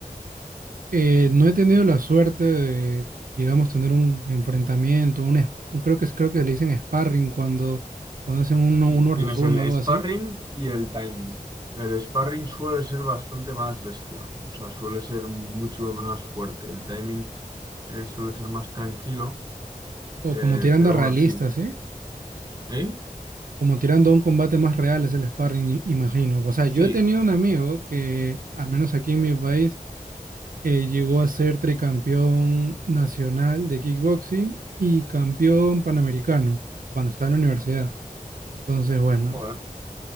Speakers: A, on the right (about 65°); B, on the right (about 25°).
A: eh, no he tenido la suerte de, digamos, tener un enfrentamiento, un, es- un- creo que es- creo que le dicen sparring cuando, cuando hacen uno,
B: Sí.
A: uno versus
B: Tienes
A: uno
B: el
A: o algo
B: sparring
A: así,
B: y el timing. El sparring
A: o,
B: suele ser bastante más bestia, o sea, suele ser mucho más fuerte. El timing eh, suele ser más tranquilo,
A: o
B: eh,
A: como tirando
B: pero
A: a realista,
B: bueno, sí.
A: ¿sí?
B: ¿Eh?
A: Como tirando a un combate más real es el sparring, i- imagino. O sea,
B: Sí,
A: yo he tenido un amigo que, al menos aquí en mi país, eh, llegó a ser tricampeón nacional de kickboxing y campeón panamericano cuando estaba en la universidad. Entonces, bueno,
B: joder.
A: eh,